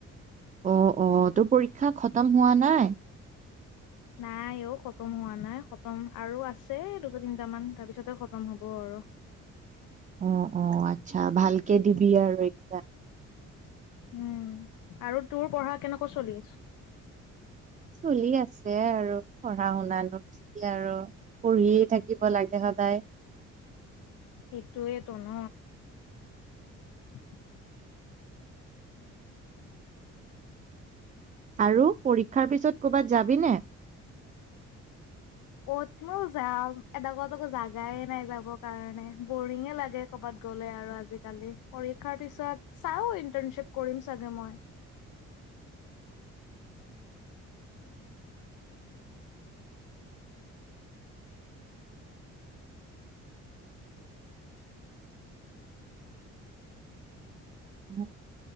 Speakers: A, on the right; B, on the left.
A: অ অ তোৰ পৰীক্ষা খতম হোৱা নাই
B: নাই অ খতম হোৱা নাই খতম আৰু আছে দুটা তিটামান তাৰপিছতে খতম হ'ব আৰু
A: অ অ আচ্ছা ভালকে দিবি আৰু এইকেইটা
B: উম আৰু তোৰ পঢ়া কেনেকৈ চলি আছে
A: চলি আছে আৰু পঢ়া শুনাতো ঠিকেই আৰু পঢ়িয়ে থাকিব লাগে সদায়
B: সেইটোয়েইেতো ন <unintelligible>
A: আৰু পৰীক্ষাৰ পিছত কৰ'বাত যাবিনে
B: কতনো যাম এড কাত আকো জাগাই নাই যাবৰ কাৰণে বৰিঙে লাগে কৰবাত গলে আৰু আজিকালি পৰীক্ষাৰ পিছত চাও ইন্টাৰ্নশ্বিপ কৰিম চাগে মই
A: অ',